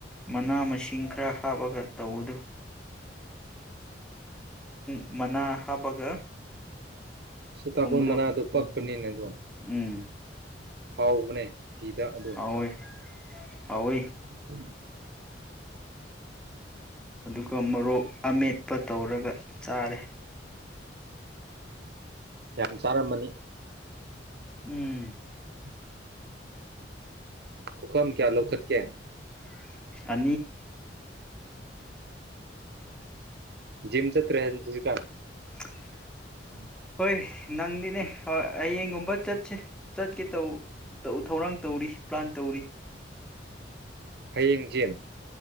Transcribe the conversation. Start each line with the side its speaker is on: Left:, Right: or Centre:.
Centre: ꯃꯅꯥ ꯃꯁꯤꯡ ꯏꯁꯤꯡ ꯈꯔ ꯍꯥꯞꯄꯒ ꯇꯧꯕꯗꯨ ꯃꯅꯥ ꯍꯥꯞꯄꯒ
Right: ꯐꯕꯨ
Centre: ꯊꯣꯡꯕꯗꯣ
Right: ꯃꯅꯥ ꯑꯗꯨ ꯄꯛꯄꯅꯤ ꯅ ꯑꯗꯨ
Centre: ꯎꯝ
Right: ꯍꯥꯎ ꯃꯅꯦ ꯎꯇꯤꯗ ꯑꯗꯣ
Centre: ꯍꯥꯎꯋꯦ ꯍꯥꯎꯋꯤ
Right: ꯎ ꯎ
Centre: ꯑꯗꯨꯒ ꯃꯣꯔꯣꯛ ꯑꯃꯠ ꯆꯠꯄ ꯇꯧꯔꯒ ꯆꯔ
Right: ꯌꯥꯝ ꯆꯥꯔꯝꯃꯅꯤ
Centre: ꯎꯝ
Right: ꯑꯁ ꯄꯨꯈꯝ ꯀꯌꯥ ꯂꯧꯈꯠꯀꯦ
Centre: <inaudible> ꯑ
Right: ꯖꯤꯝ ꯆ ꯇ꯭ꯍꯁꯨ ꯀꯝ
Centre: <inaudible>
Right: ꯎꯝ
Centre: ꯍꯣꯏ ꯅꯪꯗꯤꯅꯦ ꯍꯌꯦꯡꯒꯨꯝꯕ ꯆꯠꯁꯦ ꯆꯠꯀꯦ ꯇ ꯊꯧꯔꯥꯡ ꯇꯧꯔꯤ ꯄ꯭ꯂꯥꯟ ꯇꯧꯔꯤ
Right: ꯍꯌꯦꯡ ꯆꯟ